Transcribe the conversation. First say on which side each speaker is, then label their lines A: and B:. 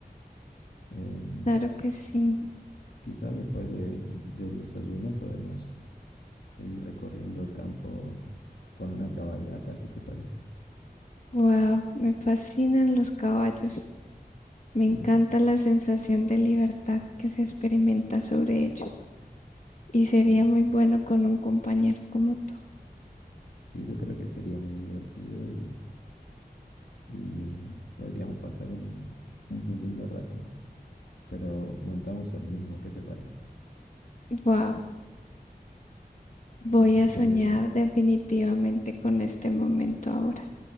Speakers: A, on the left; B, on the left.
A: Em,
B: Claro que sí.
A: quizá después de- del desayuno podemos seguir recorriendo el campo con una cabalgata, ¿qué te parece?
B: Wow, me fascinan los caballos. Me
A: Sí,
B: encanta la sensación de libertad que se experimenta sobre ellos. Y sería
A: me-
B: muy bueno con un compañero como tú.
A: sí, yo creo que sería muy divertido y, y podríamos pasar un, un muy lindo rato, pero montamos el mismo, ¿qué te parece?
B: Wow, voy
A: Así
B: a
A: te,
B: soñar definitivamente con este momento ahora.